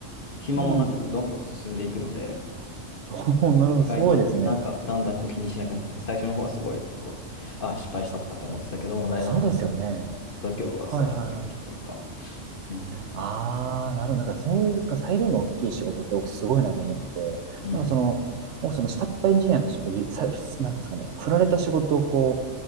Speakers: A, on the left; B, on the right.
A: 暇もなく、
B: うん。
A: どんどん進んでいくので、
B: <laughs> なるほど。
A: 意外となんかだんだんこう気にしなくなって、
B: すごいですね。
A: 最初の方はすごいこう、あ、失敗したとかって思ってたけども、だんだんこう
B: そうですよね。
A: 度胸は伝わってくるというか。
B: はいはいはい。
A: うん。
B: ああ、なるほど。だからそういうか裁量の大きい仕事って僕すごいなと思ってて、
A: うん。
B: なんかその、僕その下っ端エンジニアとしてこう、ゆさなんていうんですかね、振られた仕事をこ